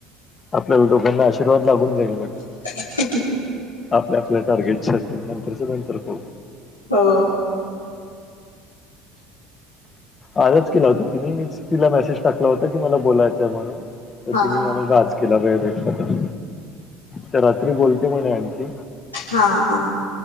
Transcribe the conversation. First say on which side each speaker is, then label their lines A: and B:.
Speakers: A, on the left; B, on the left.
A: आपल्याला दोघांना आशीर्वाद लागून जाईल म्हटलं
B: <inaudible>
A: आपल्या आपल्या टार्गेट साठी नंतरच नंतर पाू
B: हो
A: आजच केला होता तिने मीच तिला मेसेज टाकला होता की मला बोलायचंय म्हणून तर
B: हा.
A: तिने मग गाज केला पा त्या रात्री बोलते म्हणे आणखी
B: हा हा